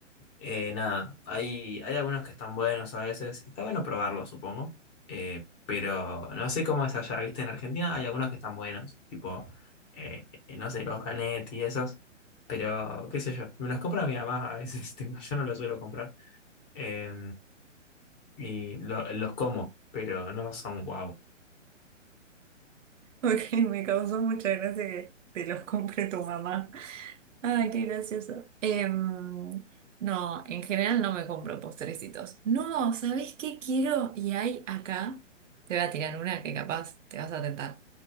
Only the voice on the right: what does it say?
Ok, me causó mucha gracia que te los compre tu mamá. Ay, qué gracioso. Em, no, en general no me compro postrecitos. No, ¿sabés qué quiero? Y hay acá, te voy a tirar una que capaz te vas a tentar.